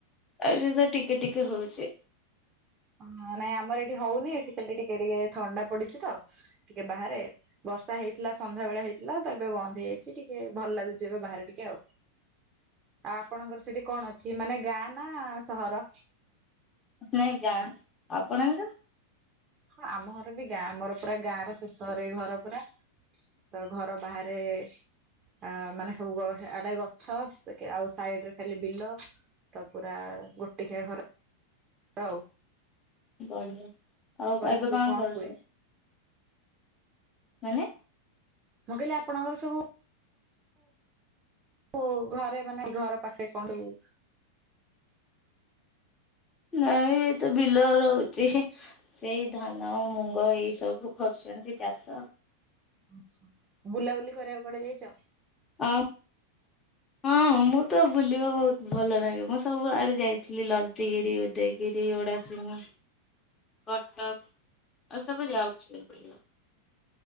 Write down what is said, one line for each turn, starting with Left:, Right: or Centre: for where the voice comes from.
Left: ଏଠି ତ ଟିକେ, ଟିକେ, ହଉଚି।
Right: ହ ନାଇଁ ଆମର ଏଠି ହଉନି, ଏଠି ଖାଲି ଟିକେ ଟିକେ ଥଣ୍ଡା ପଡିଚି ତ ଟିକେ ବାହାରେ। ବର୍ଷା ହେଇଥିଲା ସନ୍ଧ୍ୟା ବେଳେ ହେଇଥିଲା ତ ଏବେ ବନ୍ଦ ହେଇଯାଇଚି। ଟିକେ ଭଲ ଲାଗୁଚି ଏବେ ବାହାରେ ଟିକେ ଆଉ। ଆଉ ଆପଣଙ୍କର ସେଠି କଣ ଅଛି? ମାନେ ଗାଁ, ନା ସହର?
Left: ନାଇଁ ଗାଁ, ଆପଣଙ୍କର?
Right: ହଁ ଆମ ଘର ବି ଗାଁ, ଆମର ପୁରା ଗାଁ ର ଶେଷ ଘରେ ଘର ପୁରା। ତ ଘର ବାହାରେ ଅ ମାନେ ସବୁ ଆଡେ ଗଛ, ଆଉ ସାଇଡ ରେ ଖାଲି ବିଲ। ତ ପୁରା ଗୋଟିକିଆ ଘର ହଉ।
Left: ବଢିଆ ଆଉ ଏବେ
Right: ସବୁ
Left: କଣ କରୁଚୁ,
Right: ହୁଏ?
Left: ମାନେ?
Right: ମୁଁ କହିଲି ଆପଣଙ୍କର ସବୁ ଉ ଘରେ ମାନେ ଘର ପାଖରେ କଣ କି
Left: ନାଇଁ ଏ ତ ବିଲ ରହୁଛି ହି ଏଇ ଧାନ, ମୁଗ, ଏଇ ସବୁ କରୁଛନ୍ତି ଚାଷ।
Right: ଆଚ୍ଛା ବୁଲାବୁଲି କରିବାକୁ କୁଆଡେ ଯାଇଛ?
Left: ଆଉ ହଁ ମୁଁ ତ ବୁଲିବା ବହୁତ ଭଲ ଲାଗେ ମୁଁ ସବୁଆଡେ ଯାଇଥିଲି ଲତିଗିରି ଗୋଟେ ଗିରି ଏଗୁଡା ସବୁ କଟକ ଏ ସବୁ ଯାଉଛି ମୁଁ ବଲିବାକୁ।